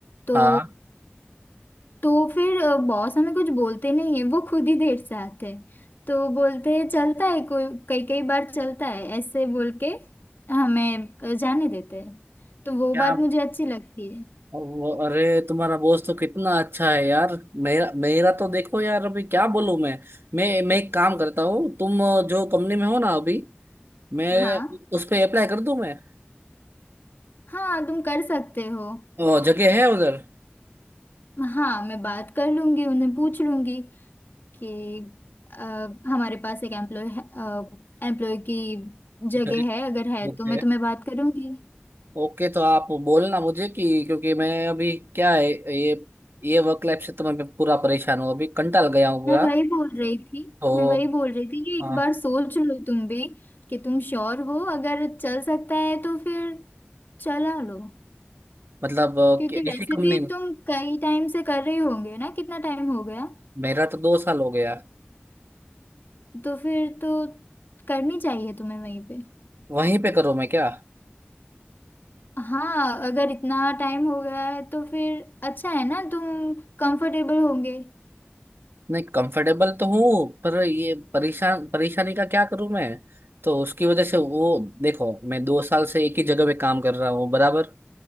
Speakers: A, on the left; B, on the right.
A: तो
B: हाँ
A: तो फिर बॉस हमें कुछ बोलते नहीं है वो खुद ही देर से आते हैं तो बोलते हैं चलता है कोई कई कई बार चलता है ऐसे बोल के हमें अ, जाने देते हैं तो वो
B: क्या
A: बात मुझे अच्छी लगती है
B: वो, अरे तुम्हारा बॉस तो कितना अच्छा है यार मेरा मेरा तो देखो यार अभी क्या बोलूं मैं मैं मैं एक काम करता हूँ तुम जो कंपनी में हो ना अभी मैं
A: हाँ
B: उस पे अप्लाई कर दूं मैं
A: हाँ तुम कर सकते हो
B: ओ, जगह है उधर
A: हाँ मैं बात कर लूंगी उन्हें पूछ लूंगी कि अ, हमारे पास एक एम्प्लॉय एम्प्लॉय की जगह
B: जगह
A: है अगर है
B: ओके
A: तो मैं तुम्हें बात करूंगी
B: ओके तो आप बोलना मुझे कि क्योंकि मैं अभी क्या है ये ये वर्क लाइफ से तो मैं पूरा परेशान हूँ अभी कंटाल गया हूँ पूरा
A: मैं वही बोल रही थी
B: तो
A: मैं वही बोल रही थी कि एक
B: हाँ
A: बार सोच लो तुम भी कि तुम श्योर हो अगर चल सकता है तो फिर चला लो
B: मतलब अ,
A: क्योंकि
B: कि ऐसी
A: वैसे
B: कंपनी
A: भी
B: में-
A: तुम कई टाइम से कर रहे होंगे ना कितना टाइम हो गया
B: मेरा तो दो साल हो गया
A: तो फिर तो करनी चाहिए तुम्हें वहीं पे
B: वहीं पे करूँ मैं क्या
A: हाँ अगर इतना टाइम हो गया है तो फिर अच्छा है ना तुम कंफर्टेबल होंगे
B: नहीं कंफर्टेबल तो हूँ पर ये परेशान परेशानी का क्या करूँ मैं तो उसकी वजह से वो देखो मैं दो साल से एक ही जगह पे काम कर रहा हूँ बराबर